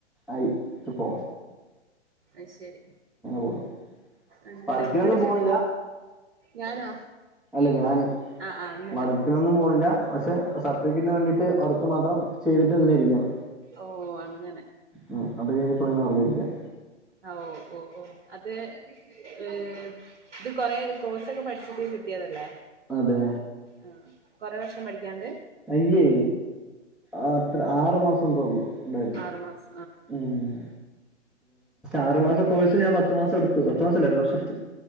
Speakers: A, in the centre; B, on the right.
A: ആയിട്ട് പോ
B: അത്ശരി
A: പോണ്
B: അങ്ങനെ
A: വർക്കിനൊന്നും
B: ന്ന്ട്ട് ഫുഡ്
A: പോണില്ല
B: ഞാനാ
A: അല്ല ഞാന്
B: ആഹ് ആഹ്
A: വർക്കിനൊന്നും പോണില്ല പക്ഷെ സർട്ടിഫിക്കറ്റിന് വേണ്ടിട്ട് വർക്ക് മാത്രം ചെയ്തിട്ട് ഇങ്ങനെ ഇരിക്കയാണ്
B: ഓ അങ്ങനെ
A: ഉം അത് കഴിഞ്ഞപ്പ അങ്ങനെ വെറുതെരിക്കാം
B: ആ ഓ ഓ ഓ അത് ഏ ഇത് കൊറെ കോഴ്സൊക്കെ പഠിച്ചിട്ട് കിട്ടിയതല്ലേ
A: അതെ
B: ആഹ് കൊറെ വർഷം പഠിക്കാണ്ട്
A: അയ്യേ അത്ര ആറു മാസം തൊ ള്ളു ഇണ്ടായെ
B: അ ബസ്
A: ഉം ആറുമാസം കോഴ്സ് ഞാൻ പത്തു മാസം എടുത്തു പത്ത് മാസല്ല ഒരു വർഷം എടുത്തു.